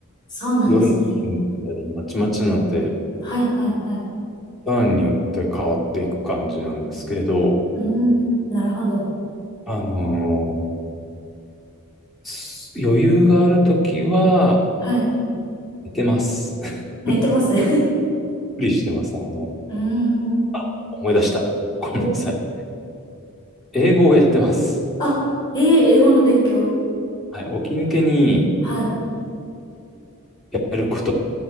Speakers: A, on the left (about 20°); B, in the centre.
A: そうなんですね。
B: 夜の勤務だったり、まちまちなので、
A: はいはいはい。
B: ターンによって変わっていく感じなんですけれど、
A: うーん、なるほど。
B: あのーす余裕があるときは、
A: はい。
B: 寝てます。<laughs>
A: 寝てます <laughs> う
B: 無理してます。あの、
A: ーん。
B: あ、思い出した。ごめんなさい。
A: お、
B: 英語をやってます。
A: あ、えー、英語の勉強。
B: はい、起き抜けに
A: はい。
B: やること